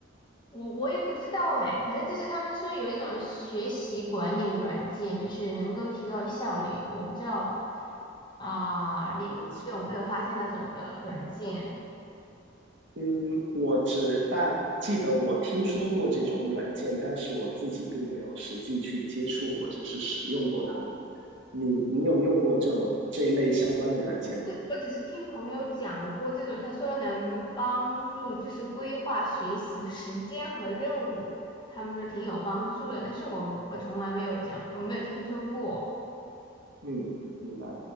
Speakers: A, on the left; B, on the right.
A: 我我也不知道哎，反正就是他们说有一种学习管理软件，就是能够提高效率，我不知道啊，你有你有没有发现那种的软件？
B: 学习。嗯，我只大记得我听说过这种软件，但是我自己并没有实际去接触或者是使用过它们。你你有用过这种这一类相关的软件吗？
A: 我只是听朋友讲过这种，他说能帮助就是规划学习时间和任务，他们说挺有帮助的，但是我我从来没有讲，我没有听说过。
B: 嗯，明白。